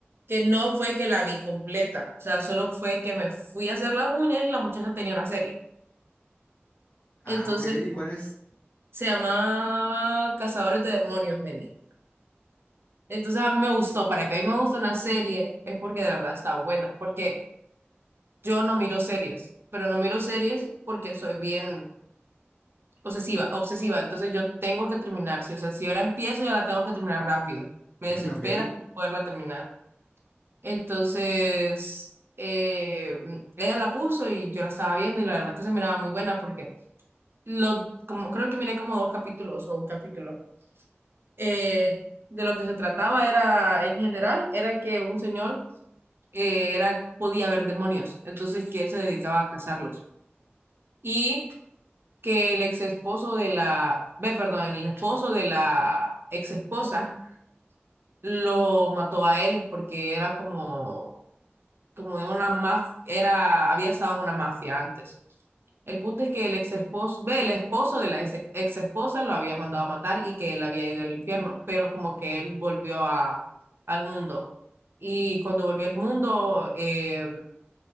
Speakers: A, on the right; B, on the left.
A: que no fue que la vi completa, o sea, solo fue que me fui a hacer las uñas y la muchacha tenía una serie.
B: Ah,
A: Entonces
B: ok, ¿y cuál es?
A: se llamaba Cazadores de Demonios, me di. Entonces a mí me gustó, para que a mí me guste una serie es porque de verdad está buena, porque Yo no miro series, pero no miro series porque soy bien obsesiva, obsesiva. Entonces yo tengo que terminar, sí. O sea, si yo la empiezo, yo la tengo que terminar rápido. Me
B: <laughs>
A: desespera
B: Ok,
A: no poderla terminar. Entonces, eh, ella la puso y yo la estaba viendo y la verdad que se miraba muy buena porque lo, como, creo que miré como dos capítulos o un capítulo. Eh, de lo que se trataba era, en general, era que un señor eh, era, podía ver demonios, entonces que él se dedicaba a cazarlos. Y que el ex esposo de la, ve, perdón, el esposo de la ex esposa lo mató a él porque era como, como de una mafia, era, había estado en una mafia antes. El punto es que el ex esposo, ve, el esposo de la ex, ex esposa lo había mandado a matar y que él había ido al infierno, pero como que él volvió a, al mundo. Y cuando volvió al mundo, eh,